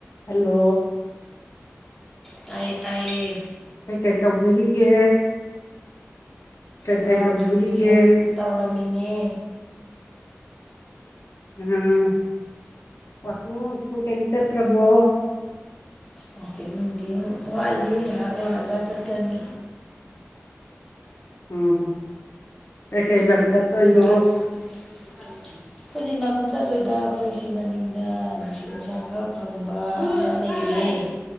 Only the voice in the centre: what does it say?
ꯇꯥꯏꯌꯦ ꯇꯥꯏꯌꯦ
ꯑꯉꯥꯡ
ꯁꯨꯝ ꯇꯨꯏꯁꯟ ꯇꯧꯔꯝꯃꯤꯅꯦ
ꯑꯣꯀꯤ ꯅꯨꯡꯒꯤ ꯋꯥꯠꯂꯤ ꯉꯥꯏꯍꯥꯛ ꯂꯩꯔꯒ ꯆꯠꯀꯅꯤ
ꯀ ꯑꯩꯈꯣꯏꯗꯤ ꯂꯝ ꯆꯠꯂꯣꯏꯗ ꯑꯩꯈꯣꯏꯁꯤ ꯃꯅꯤꯡꯗ ꯅꯨꯡꯁꯤꯠ ꯅꯨꯡꯁꯥ ꯈꯔ ꯐꯪꯕ ꯑꯃ ꯂꯩꯌꯦ